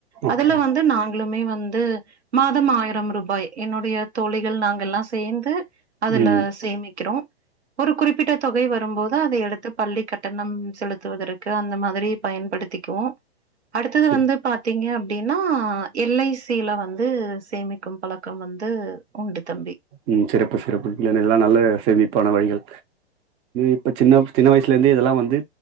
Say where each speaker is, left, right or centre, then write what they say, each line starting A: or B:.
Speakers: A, on the right; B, on the right.
A: ஓகே.
B: அதுல வந்து நாங்களுமே வந்து மாதம் ஆயிரம் ரூபாய் என்னுடைய தோழிகள் நாங்க எல்லா சேந்து அதுல
A: ம்.
B: சேமிக்கிறோ ஒரு குறிப்பிட்ட தொகை வரும்போ து அதை எடுத்து பள்ளி கட்டணம் செலுத்துவதற்கு அந்த மாதிரி பயன்படுத்திக்குவோ அடுத்தது
A: சிற்
B: வந்து பாத்தீங்க அப்டின்னா எல் ஐ சி யில வந்து சேமிக்கும் பழக்கம் வந்து உண்டு தம்பி
A: ம் சிறப்பு சிறப்பு இதெல்லாம் நல்ல சேமிப்பான வழிகள் இப்ப சின்ன சின்ன வயசுல இருந்தே இதெல்லா வந்து